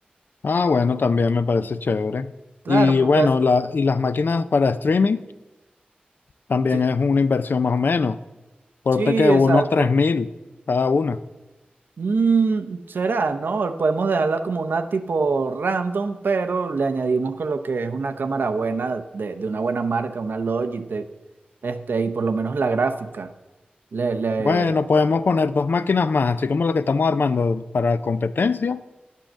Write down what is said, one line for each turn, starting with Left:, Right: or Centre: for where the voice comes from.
Left: Ah, bueno, también me parece chévere.
Right: Claro,
Left: Y
Right: porque
Left: bueno,
Right: as-
Left: la, y las máquinas para streaming también
Right: sí,
Left: es una inversión más o menos, Corte
Right: sí,
Left: que unos
Right: exacto.
Left: tres mil cada una.
Right: Mm, será, ¿no? Podemos dejarla como una tipo random, pero le añadimos con lo que es una cámara buena, de, de una buena marca, una Logitech, este, y por lo menos la gráfica. Le, le,
Left: Bueno, podemos poner dos máquinas más, así como la que estamos armando para competencia,